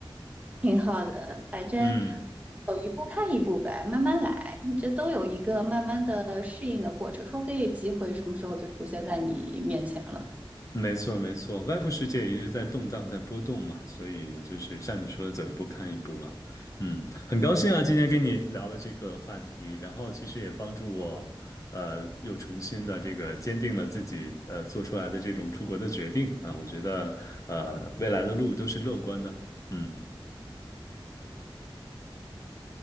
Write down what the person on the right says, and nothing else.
<laughs> 挺好的，反正
走一步看一步呗，慢慢来，你这都有一个慢慢的适应的过程，说不定机会什么时候就出现在你面前了。